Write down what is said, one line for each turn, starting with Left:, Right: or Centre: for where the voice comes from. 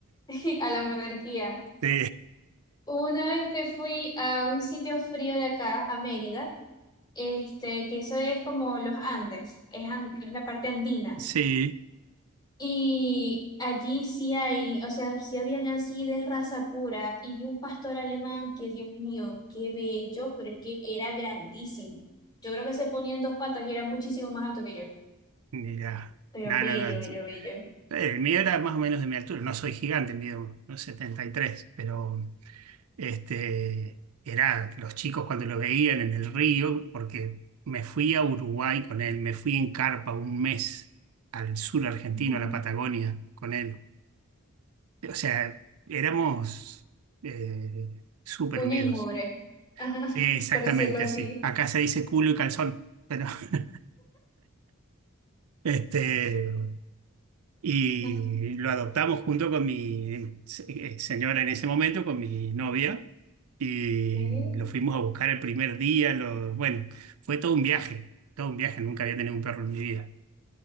Left: <laughs> a la monarquía,
Right: Sí,
Left: hubo una vez que fui a un sitio frío de acá, a Mérida, este, que eso es como los Andes, es, an- es la parte andina.
Right: <laughs> sí,
Left: Y allí sí hay, o sea, sí habían así de raza pura y de un pastor alemán que, Dios mío, qué bello, pero es que era grandísimo. Yo creo que se ponía en dos patas y era muchísimo más alto que yo,
Right: mira,
Left: pero
Right: no,
Left: bello,
Right: no, no.
Left: bello, bello.
Right: El mío era más o menos de mi altura, no soy gigante, mido unos 73, pero... Este, era los chicos cuando lo veían en el río, porque me fui a Uruguay con él, me fui en carpa un mes al sur argentino,
Left: Ujú.
Right: a la Patagonia, con él. O sea, éramos eh, súper
Left: Uña
Right: unidos.
Left: y mugre, ajá,
Right: Sí, exactamente
Left: por decirlo así.
Right: así. Acá se dice culo y calzón, pero <laughs> este, Y
Left: Ujú.
Right: lo adoptamos junto con mi se- eh, señora en ese momento, con mi novia, y
Left: Ok.
Right: lo fuimos a buscar el primer día. lo- bueno, fue todo un viaje, todo un viaje, nunca había tenido un perro en mi vida.